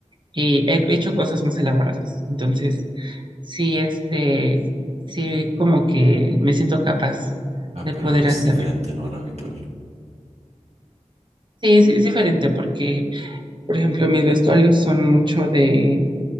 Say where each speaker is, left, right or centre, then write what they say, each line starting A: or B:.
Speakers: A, on the right; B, on the right.
A: y he hecho cosas más elaboradas. Entonces, sí, este, sí, como que me siento capaz
B: Ah,
A: de
B: pero
A: poder
B: es
A: hacerlo.
B: diferente, ¿no? A lo habitual.
A: Sí, sí, es diferente porque, por ejemplo, mis vestuarios son mucho de,